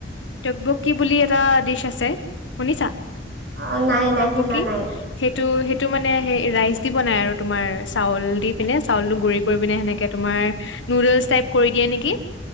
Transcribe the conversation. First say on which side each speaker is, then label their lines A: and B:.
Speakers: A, on the left; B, on the right.
A: টব্যকি বুলি এটা ডিছ আছে। শুনিছা
B: অ নাই নাই
A: টব্যকি?
B: শুনা নাই।
A: সেইটো সেইটো মানে সেই ৰাইচ দি বনাই আৰু তোমাৰ চাউল দি পিনে চাউলটো গুৰি কৰি পিনে সেনেক কে তোমাৰ নুডলছ টাইপ কৰি দিয়ে নেকি।